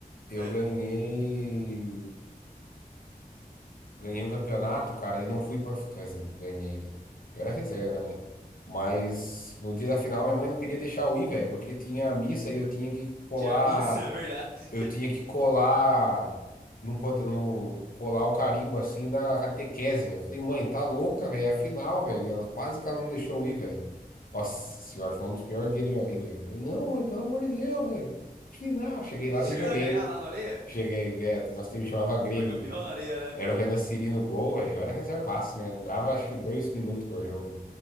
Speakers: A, on the left; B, on the right.
A: eu
B: É.
A: ganhei, ganhei um campeonato, cara, e não fui pra. Quer dizer, ganhei, né? Eu era reserva, né? Mas no dia da final, minha mãe não queria deixar eu ir, velho, porque tinha missa e eu tinha que colar.
B: Tinha missa, <laughs> é verdade.
A: eu tinha que colar, não pode, no, colar o carimbo assim da catequese, velho. Falei, mãe, tá louca, velho? Afinal, velho, ela quase que ela não deixou eu ir, velho. Nossa senhora, foi um dos piores dias da minha vida, velho. Falei, não, mãe, pelo amor de Deus, velho. Final, cheguei lá,
B: Vocês
A: nem
B: chegaram
A: joguei,
B: a ganhar
A: né?
B: lá na areia?
A: Cheguei, é, nosso time chamava Grêmio.
B: Foi campeão na areia, né?
A: Era o Renan Siri no gol, velho. Eu era reservaço, né? Entrava acho que dois minutos por jogo.